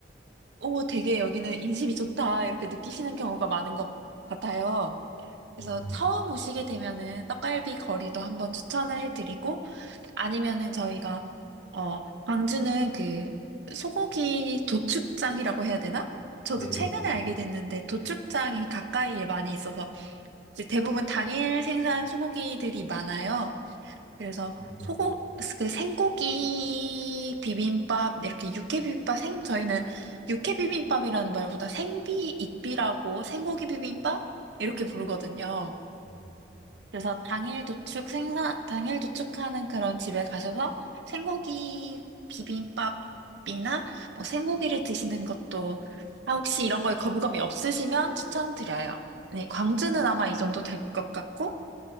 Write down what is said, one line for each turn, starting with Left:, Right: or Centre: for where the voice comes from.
Right: 오, 되게 여기는 인심이 좋다, 이렇게 느끼시는 경우가 많은 것 같아요. 그래서
Left: 음,
Right: 처음 오시게 되면은 떡갈비 거리도 한번 추천을 해드리고, 아니면은 저희가, 어, 광주는 그 소고기 도축장이라고 해야 되나? 저도
Left: 네네,
Right: 최근에 알게 됐는데 도축장이 가까이에 많이 있어서 이제 대부분 당일 생산 소고기들이 많아요. 그래서
Left: 음,
Right: 소고 그 생고기 비빔밥 이렇게 육회 비빔밥 생 저희는 육회 비빔밥이라는 말보다 생비 익비라고 생고기 비빔밥 이렇게 부르거든요.
Left: 음,
Right: 그래서 당일 도축 생산 당일 도축하는 그런 집에 가셔서 생고기 비빔밥이나 뭐 생고기를 드시는 것도 아 혹시 이런 거에 거부감이 없으시면 추천드려요. 네, 광주는 아마 이 정도 될 것 같고